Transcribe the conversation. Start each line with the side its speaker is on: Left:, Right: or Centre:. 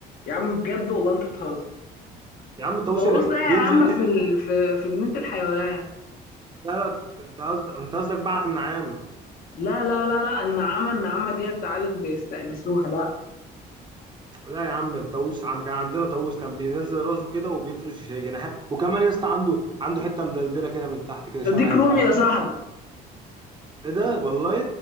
Left: يا عم بجد والله انت بتهزر
Right: يا عم الطاووس
Left: الطاووس
Right: اللي
Left: ده يا
Right: بينزل
Left: عم
Right: كده
Left: في ال... في في جنينة الحيوان
Right: لا لا انت قصدك انت قصدك بقى على النعامه
Left: لا لا لا لا النعامة النعامة ديت عادت بيستأنسوها لا
Right: لا يا عم الطاووس عند كان عندنا طاووس كان بينزل راسه كده وبيفرش جناحات وكمان يا اسطى عنده عنده حته مدلدله كده من تحت كده
Left: ده
Right: شبه
Left: ديك
Right: الفرخه
Left: رومي يا صاحبي
Right: ايه ده والله